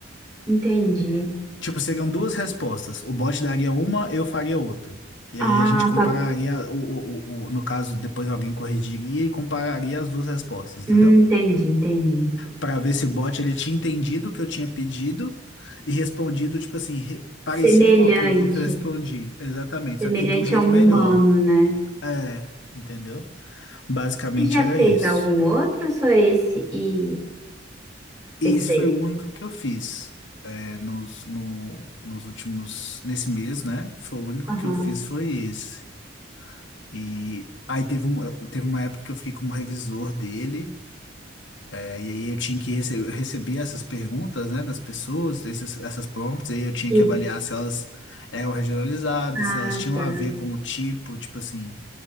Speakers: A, on the right; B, on the left.
A: Entendi.
B: Tipo, seriam duas respostas. O bot daria uma, eu faria outra. E
A: Ah,
B: aí a gente compararia,
A: pa-
B: o, o, o, o- no caso, depois alguém corrigiria e compararia as duas respostas,
A: hum,
B: entendeu?
A: entendi, entendi.
B: Pra ver se o bot ele tinha entendido o que eu tinha pedido e respondido, tipo assim, re- parecido
A: Semelhante.
B: com aquilo que eu respondi. Exatamente,
A: Semelhante
B: só que de um jeito
A: a um
B: melhor.
A: humano, né?
B: É, entendeu? Basicamente
A: Você já
B: era
A: fez
B: isso.
A: algum outro ou só esse e
B: E
A: esse
B: esse
A: daí?
B: foi o único que eu fiz. é, nos, no, nos últimos, nesse mês, né? Foi o único
A: Aham.
B: que eu fiz foi esse. E aí teve, um, teve uma época que eu fiquei como revisor dele, é, e aí eu tinha que receber, receber essas perguntas, né, das pessoas, esses, essas prompts, aí eu tinha
A: E...
B: que avaliar se elas eram regionalizadas,
A: Ah,
B: se elas tinham
A: tá.
B: a ver com o tipo, tipo assim,